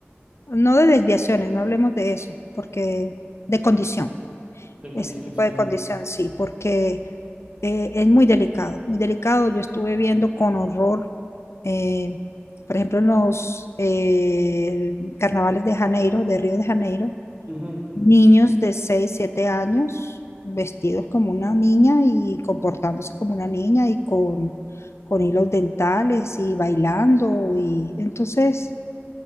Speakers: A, on the left; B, on the right.
A: no de desviaciones, no hablemos de eso, porque de condición.
B: de condición,
A: Ese tipo
B: sí.
A: de condición, sí, porque eh, es muy delicado, muy delicado. Yo estuve viendo con horror, eh, por ejemplo, en los eh, carnavales de Janeiro, de Río de Janeiro,
B: Ujú.
A: niños de 6 7 años vestidos como una niña y comportándose como una niña y con, con hilos dentales y bailando. Y entonces,